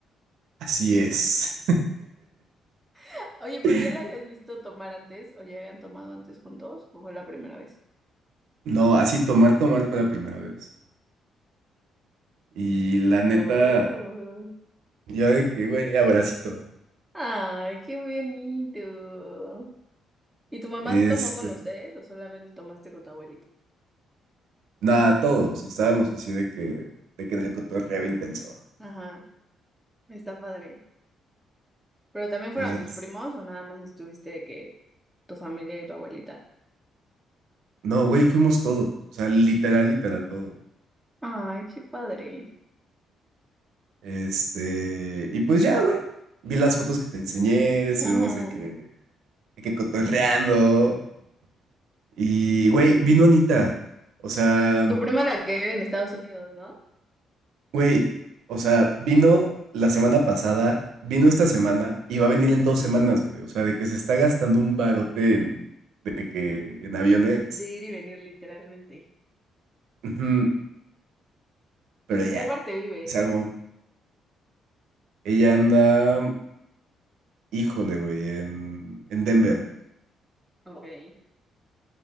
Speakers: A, on the right; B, in the centre.
A: Así es.
B: <laughs> Oye, pero
A: <laughs>
B: ¿ya la habías visto tomar antes? ¿O ya habían tomado antes juntos? ¿O fue la primera vez?
A: No, así tomar, tomar fue la primera vez. Y la neta.
B: Oh,
A: Yo de que, güey, abracito.
B: ay, qué bonito. ¿Y tu mamá
A: Este,
B: tomó con ustedes o solamente tomaste con tu abuelito?
A: nada, todos estábamos así de que, de que en el cotorreo intenso.
B: Ajá. Está padre. ¿Pero también fueron
A: Es,
B: tus primos o nada más estuviste de que tu familia y tu abuelita?
A: no, güey, fuimos todos. O sea, literal, literal, todos.
B: Ay, qué padre.
A: Este, y pues ya, güey. Vi las fotos que te enseñé, estuvimos
B: Ujú.
A: de que, de que cotorreando. Y, güey, vino Anita. O sea,
B: Tu prima la que vive en Estados Unidos, ¿no?
A: Güey, o sea, vino la semana pasada, vino esta semana y va a venir en dos semanas, güey. O sea, de que se está gastando un barote en, de que, en aviones.
B: De ir y venir literalmente.
A: Ujú, Pero
B: ¿En
A: ya,
B: qué parte vive?
A: Salmo, ella anda, híjole, güey, en, en Denver.
B: Ok.